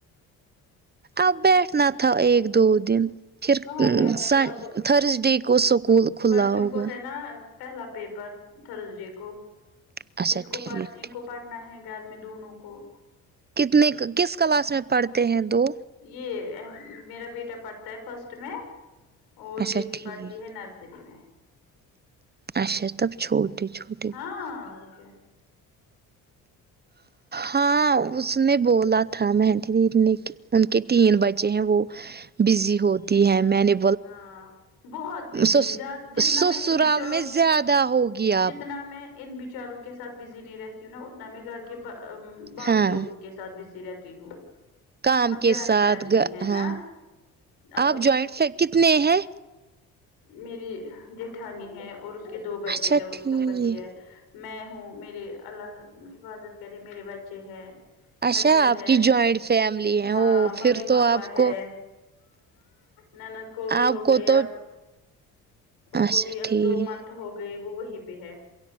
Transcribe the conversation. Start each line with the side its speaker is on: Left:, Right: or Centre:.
Right: اب بیٹھنا تھا ایک دو دن پھر
Left: کہاں
Right: ا
Left: بیٹھتی
Right: سن
Left: اب
Right: تھرسڈے کو اسکول کھلا
Left: بچوں
Right: ہوگا
Left: کو ہے نا پہلا پیپر تھرسڈے کو
Right: اچھا
Left: اس کو
Right: ٹھیک
Left: پڑھ ان
Right: ٹھیک
Left: کو پڑھنا ہے گھر میں دونوں کو
Right: کتنے کس کلاس میں پڑھتے ہیں دو
Left: یہ میرا بیٹا پڑھتا ہے فرسٹ میں اور
Right: اچھا
Left: بیٹی
Right: ٹھیک
Left: پڑھتی ہے نر سری میں
Right: اچھا تب چھوٹی چھوٹ
Left: ہاں اوکے
Right: ہاں اس نے بولا تھا مہندی دیدی نے کہ ان کے تین بچے ہیں وہ بزی ہوتی ہے میں نے
Left: ہاں بہت بزی
Right: سس
Left: زیاد جتنا
Right: سسرال
Left: میں ان بیچو
Right: میں
Left: اوکے
Right: زیادہ ہوگی
Left: جتنا
Right: آپ
Left: میں ان بچاروں کے ساتھ بزی نہیں رہتی ہوں نا اتنا میں گھر کے با باقی
Right: ہاں
Left: لوگوں کے س اتھ میں بزی رہتی ہوں
Right: کام
Left: ہم
Right: کے
Left: جوائنٹ
Right: ساتھ
Left: فیملی
Right: گا
Left: ہے
Right: ہاں
Left: نا اب
Right: آپ جوائنٹ ف کتنے ہیں
Left: میری جٹھانی ہے اور اس کے دو بچے
Right: اچھا
Left: ہیں اور
Right: ٹھیک
Left: اس کا پتی ہے میں ہوں میرے اللہ حفاظت کرے میرے بچے ہیں
Right: اچھا
Left: ہسبینڈ
Right: آپ
Left: ہے
Right: کی جوائنٹ فیملی ہے
Left: ہاں
Right: وہ
Left: ممی
Right: پھر تو
Left: پاپا
Right: آپ
Left: ہے
Right: کو
Left: نند کو بھی
Right: آپ
Left: ہو
Right: کو
Left: گیا
Right: تو
Left: اب اس کو
Right: اچھا
Left: بھی اب
Right: ٹھیک
Left: دو منتھ ہو گئے وہ وہی پہ ہے